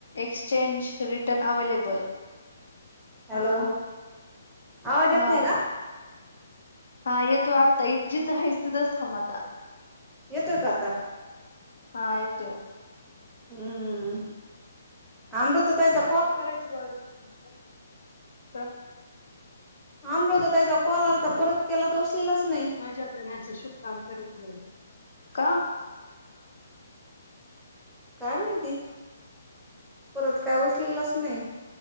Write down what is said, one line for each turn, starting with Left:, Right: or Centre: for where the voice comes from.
Left: exchange return, available.
Centre: Hello
Left: आं....
Centre: आवाज येत
Left: हा
Centre: नाही का
Left: हा येतोय आत्ता जिथं हायस तिथंच थांब आता.
Centre: येतोय का आता?
Left: हा यतोय.
Centre: हूं.. अमृता ताईचा
Left: इचारायची गो ऍडमिशन <unintelligible>
Centre: अमृता ताई चा कॉल आलाता, परत केला तर उचलेलाच नाही.
Left: माझ्या हाताने असं शुभ कामं करत नाही, का?
Centre: काय माहिती, परत काय उचलेलाच नाही.